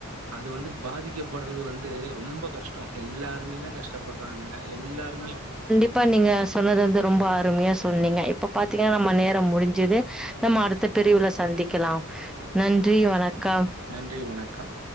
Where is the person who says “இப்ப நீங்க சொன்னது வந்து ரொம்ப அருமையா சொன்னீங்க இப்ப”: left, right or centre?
Centre